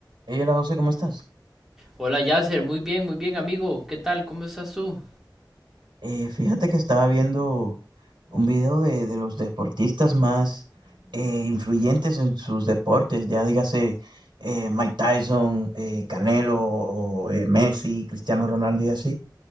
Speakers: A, on the right (about 80°); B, in the centre.
A: Hey, hola José, ¿cómo estás?
B: Hola Yasser, muy bien, muy bien amigo, ¿qué tal? ¿Cómo estás tú?
A: Eh, fíjate que estaba viendo un video de, de los deportistas más eh, influyentes en sus deportes, ya dígase eh, Mike Tyson, eh, Canelo, o, eh, Messi, Cristiano Ronaldo y así.